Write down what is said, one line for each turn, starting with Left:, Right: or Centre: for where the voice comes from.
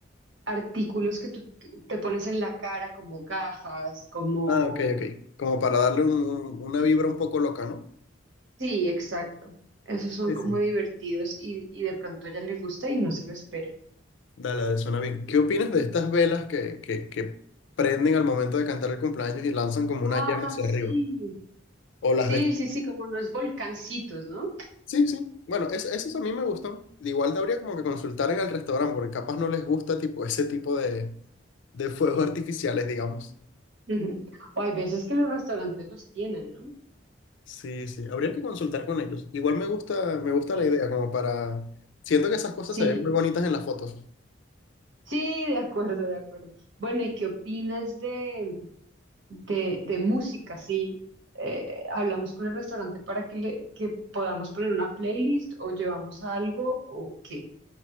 Right: artículos que tú te pones en la cara, como gafas, como...
Left: Ah, ok, ok. Como para darle un- una vibra un poco loca, ¿no?
Right: Sí, exacto. Esos son
Left: Sí,
Right: como
Left: sí.
Right: divertidos y, y de pronto a ella le gusta y no se lo espera.
Left: Dale, dale, suena bien. ¿Qué opinas de estas velas que, que, que prenden al momento de cantar el cumpleaños y lanzan como
Right: Ah,
Left: una llama hacia arriba?
Right: sí.
Left: O las
Right: Sí,
Left: de...
Right: sí, sí, como unos volcancitos, ¿no?
Left: Sí, sí. Bueno, es- esos a mí me gustan. Igual habría como que consultar en el restaurante, porque capaz no les gusta tipo ese tipo de, de fuegos artificiales, digamos.
Right: <laughs> O hay veces que los restaurantes los tienen, ¿no?
Left: Sí, sí. Habría que consultar con ellos. Igual me gusta, me gusta
Right: Sí.
Left: la idea, como para. Siento que esas cosas
Right: Sí.
Left: se ven muy bonitas en las fotos.
Right: Sí, de acuerdo, de acuerdo. Bueno, ¿y qué opinas de, de, de música? Sí, eh, hablamos con el restaurante para que, le, que podamos poner una playlist o llevamos algo o qué.